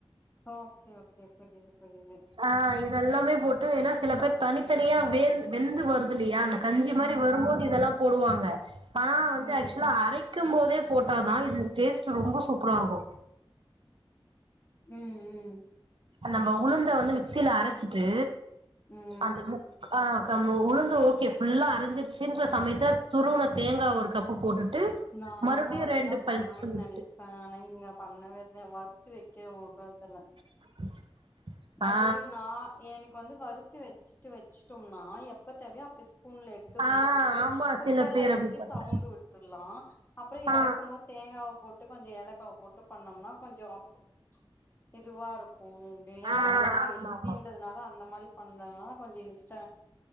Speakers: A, on the left; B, on the right.
A: ஓகே ஓகே புரியுது புரியுது
B: ஆ இதெல்லாமே போட்டு ஏன்னா சில பேர் தனித்தனியா வேண் வெந்து வருதுல்லையா அந்த கஞ்சி மாரி
A: ம்
B: வருபோது இதெல்லா போடுவாங்க ஆனா வந்து
A: ம்
B: ஆக்சுலா அரைக் க்கும் போதே போட்டாதா இது டேஸ்ட் ரொம்ப சூப்பரா இருக்கு
A: ம் ம்
B: நம்ம உளுந்த வந்து மிக்சியில அரச்சிட்டு
A: ம்
B: அந்த முக் ஆ க்காம உளுந்து ஓகே ஃபுல்லா அரஞ்சிருச்சின்ற சமயத்தல துருவன தேங்கா ஒரு கப்பு போட்டுட்டு
A: நானு
B: மறுபடியு
A: அதுதா
B: ரெண்டு
A: பண்ணுன்
B: பல்ஸ் விட்டு
A: நெனைக். ப்பே ஆனா இங்க பண்ணவேத வறுத்து வைக்கவுடறது இல்ல
B: <inaudible>
A: அது
B: ஆ
A: நா எனக்கு வந்து வருத்து வச்சிட்டு வச்சிட்டோம்னா எப்ப தேவையோ அப்ப ஸ்பூன்ல எடுத்து
B: ஆ
A: போட்டுட்டு
B: ஆமா
A: குக்கர்ல
B: சில பேர்
A: வச்சி
B: அப்டி பண்
A: சவுண்டு விட்டரலா அப்புறோ
B: ஆ
A: இறக்கும் போது தேங்காவ போட் ட்டு கொஞ்ச ஏலக்காவ போட்டு பண்ணம்னா கொஞ்சோ அப் இதுவா இருக்கு. ஏனா
B: ஆ ஆ
A: அது ரொம்ப
B: ஆமா
A: ஹெல்தின்றதுனால
B: ஆமா
A: அந்த மாரி பண்றனா கொஞ்ச இன்ஸ்ட்